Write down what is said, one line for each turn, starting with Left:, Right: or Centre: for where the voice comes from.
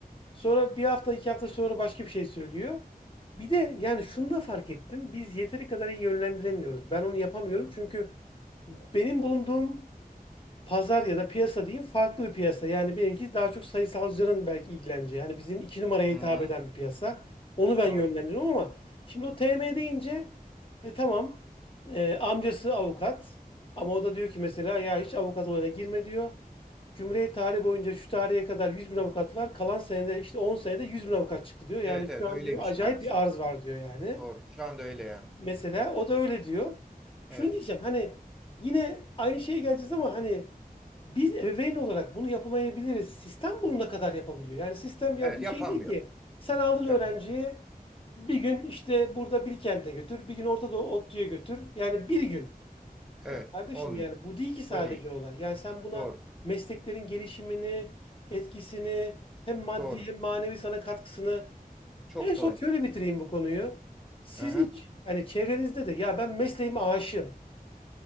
Left: Sonra bir hafta iki hafta sonra başka bir şey söylüyor. Bir de yani şunu da fark ettim. Biz yeteri kadar iyi yönlendiremiyoruz. Ben onu yapamıyorum
Centre: Hmm.
Left: çünkü benim bulunduğum pazar ya da piyasa diyeyim farklı bir piyasa. Yani benimki daha çok sayısalcıların belki ilgileneceği. Yani bizim iki numaraya
Centre: Hı.
Left: hitap eden bir piyasa. Onu ben
Centre: Doğru.
Left: yönlendiriyorum ama şimdi o TM deyince e, tamam e, amcası avukat ama o da diyor ki mesela ya hiç avukat olayına girme diyor. Cumhuriyet tarihi boyunca şu tarihe kadar yüz bin avukat var. Kalan senede işte on senede yüz bin avukat çıktı diyor. Yani
Centre: Evet evet
Left: şu
Centre: öyleymiş
Left: an diyor acayip
Centre: maalesef.
Left: bir arz var diyor yani.
Centre: Doğru. Şu anda öyle yani.
Left: Mesela o da öyle diyor.
Centre: Evet.
Left: Şunu diyeceğim hani yine aynı şeye geleceğiz ama hani biz ebeveyn olarak bunu yapamayabiliriz. Sistem bunu ne kadar yapabiliyor? Yani sistem ya
Centre: Evet
Left: bu
Centre: yapamıyor.
Left: şey değil ki. Sen aldın
Centre: Yapamıyor.
Left: öğrenciyi bir gün işte burada Bilkent'e götür, bir gün Orta Doğu ODTÜ'ye götür. Yani bir gün.
Centre: Evet
Left: Ya kardeşim
Centre: olmuyor.
Left: yani bu değil ki sadece
Centre: O değil.
Left: olay. Yani sen buna
Centre: Doğru.
Left: mesleklerin gelişimini, etkisini, hem maddi
Centre: Doğru.
Left: hem manevi sana katkısını
Centre: Çok
Left: en son
Centre: doğru.
Left: şöyle bitireyim bu konuyu. Siz
Centre: Hı hı.
Left: hiç hani çevrenizde de ya ben mesleğime aşığım.